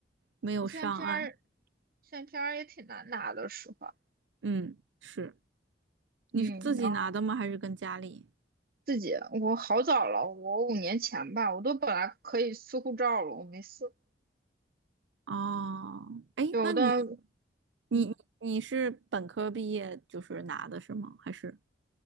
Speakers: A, on the right; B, on the right.
A: 没有上岸。
B: 现在 PR 现在 PR 也挺难拿的，实话。
A: 嗯，是，你是自己拿的吗？
B: 嗯，然后
A: 还是跟家里？
B: 自己我好早了，我五年前吧，我都本来可以撕护照了，我没撕。
A: 哦，哎，
B: 有的，
A: 那你你你你是本科毕业就是拿的是吗？
B: 嗯，
A: 还是？